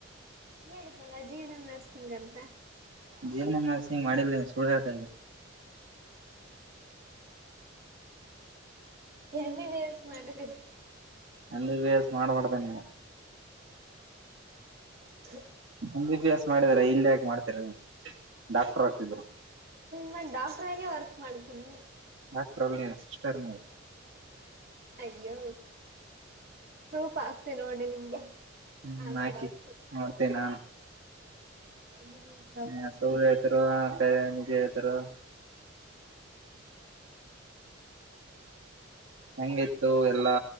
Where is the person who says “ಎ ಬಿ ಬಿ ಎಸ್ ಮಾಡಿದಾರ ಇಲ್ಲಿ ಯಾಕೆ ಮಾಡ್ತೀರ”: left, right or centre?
Right